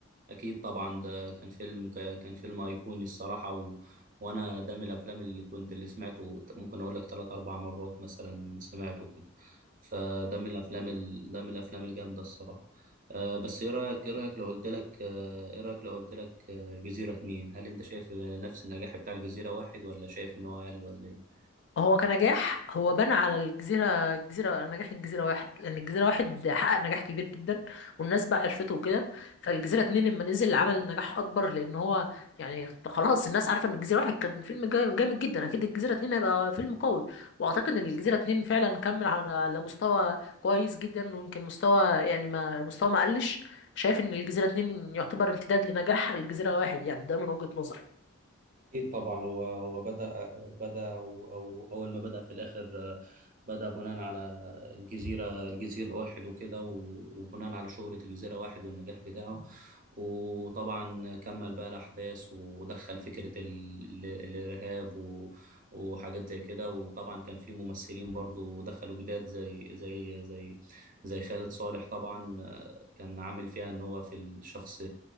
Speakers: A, on the right; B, on the left.
A: أكيد طبعا ده كان فيلم ك- كان فيلم أيقوني الصراحة و... وأنا ده من الأفلام اللي كنت اللي سمعته ممكن أقول لك تلات أربع مرات مثلا سمعته كده فده من الأفلام ال... ده من الأفلام الجامدة الصراحة أه بس إيه رأيك إيه رأيك لو قلت لك آه، إيه رأيك لو قلت لك آه، الجزيرة اتنين هل أنت شايف نفس النجاح بتاع الجزيرة واحد ولا شايف إن هو أقل ولا إيه؟
B: هو كنجاح هو بنى على الجزيرة الجزيرة نجاح الجزيرة واحد لأن الجزيرة واحد حقق نجاح كبير جدا والناس بقى عرفته وكده فالجزيرة اتنين لما نزل عمل نجاح أكبر لأن هو يعني خلاص الناس عارفة إن الجزيرة واحد كان فيلم جا- جامد جدا أكيد الجزيرة اتنين هيبقى فيلم قوي وأعتقد إن الجزيرة اتنين فعلا كمل على على مستوى كويس جدا ويمكن مستوى يعني ما مستوى ما قلش شايف إن الجزيرة اتنين يعتبر امتداد لنجاح الجزيرة واحد يعني ده من وجهة نظري
A: أكيد طبعا و- وبدأ بدأ بدأ أو أول ما بدأ في الآخر آه، بدأ بناء على الجزيرة الجزيرة واحد وكده و- وبناء على شهرة الجزيرة واحد والنجاح بتاعه وطبعا كمل بقى الأحداث ودخل فكرة ال- ال- الإرهاب و- وحاجات زي كده وطبعا كان في ممثلين برضو دخلوا جداد زي زي زي زي خالد صالح طبعا آه، كان عامل فيها إن هو في الشخص